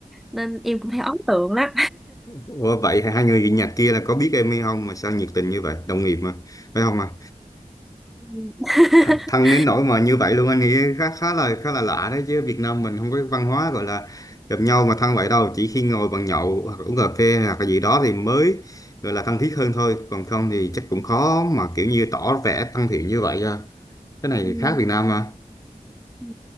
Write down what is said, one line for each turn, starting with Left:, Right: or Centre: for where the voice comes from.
Centre: nên em cũng thấy ấn tượng lắm
Left: Ủa, vậy hai người Nhật kia là có biết em hay không mà sao nhiệt tình như vậy đồng nghiệp mà phải không ạ?
Centre: <laughs>
Left: thẳng thân đến nỗi mà như vậy luôn anh nghĩ khá khá là khá là lạ đấy chứ Việt Nam mình không có cái văn hóa gọi là gặp nhau mà thân vậy đâu chỉ khi ngồi bàn nhậu hoặc uống cà phê hoặc là gì đó thì mới gọi là thân thiết hơn thôi còn không thì chắc cũng khó mà kiểu như tỏ vẻ thân thiện như vậy à. cái này
Centre: Ừ.
Left: khác Việt Nam mà
Centre: Ừ.